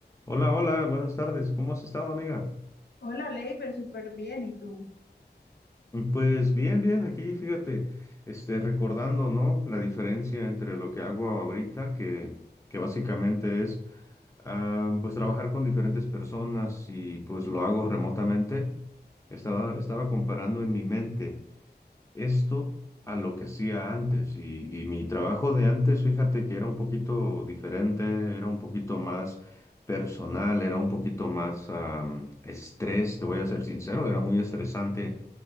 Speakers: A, on the left; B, on the left.
A: Hola, hola, buenas tardes. ¿Cómo has estado, amiga?
B: Hola, Leiber, súper bien. ¿Y tú?
A: Pues bien, bien, aquí fíjate, este, recordando, ¿no? La diferencia entre lo que hago ahorita, que, que básicamente es, ah, pues trabajar con diferentes personas y pues lo hago remotamente. Estaba, estaba comparando en mi mente. esto a lo que hacía antes. Y, y mi trabajo de antes, fíjate que era un poquito diferente, era un poquito más personal, era un poquito más am, estrés, te voy a ser sincero, era muy estresante